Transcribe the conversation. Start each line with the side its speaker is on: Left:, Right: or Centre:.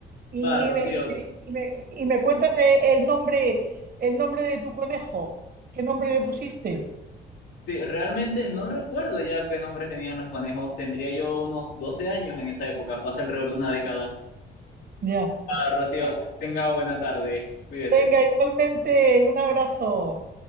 Right: Y,
Left: Va, Rocío,
Right: y me, y me- y me- y me cuentas e- el nombre, el nombre de tu conejo. ¿Qué nombre le pusiste?
Left: sí, realmente no recuerdo ya qué nombres tenían los conejos. Tendría yo unos 12 años en esa época, fue hace alrededor de una década.
Right: Ya.
Left: Va, Rocío, tenga buena tarde. Cuídese.
Right: Venga, igualmente, un abrazo.